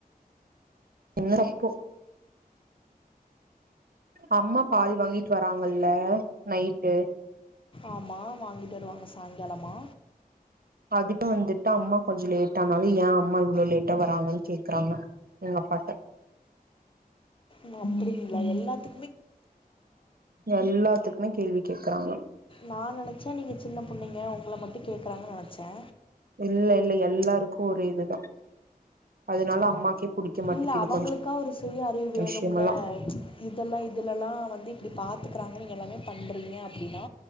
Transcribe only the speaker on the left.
ஆமாம் வாங்கிட்டு வருவாங்க சாயங்காலமா
ல அப்புடி இல்ல எல்லாத்து
நா நெனைச்ச நீங்க சின்ன புள்ளங்க உங்கள மட்டு கேக்கறாங்க நெனச்சே
இல்ல அவங்களுக்கா
ஒரு சுய அறிவு வேணும்ல
இதெல்லா இதுலல்லா வந்து இப்டி பாத் கத்துக்கறாங்க நீங்க எல்லாமே பண்றீங்க அப்டின்னா